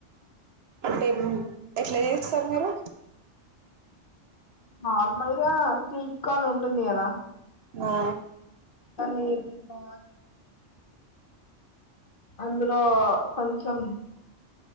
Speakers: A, on the right; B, on the left.
A: అంటే ఎట్లా చేస్తారు మీరు
B: ఆ నార్మల్ గా స్వీట్ కార్న్ ఉంటుంది కదా.
A: ఆ
B: <unintelligible> అ అందులో కొంచెం